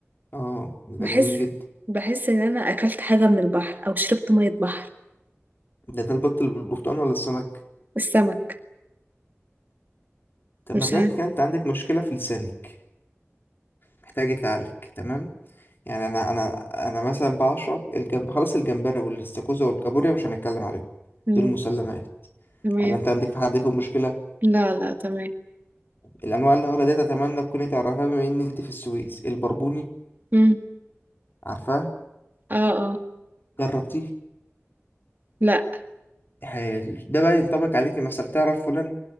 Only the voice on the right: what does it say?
بحس
بحس ان انا اكلت حاجه من البحر او شربت ميه بحر
السمك
مش
عارف
أمم.
تمام
لا لا تمام
أمم.
اه اه
لا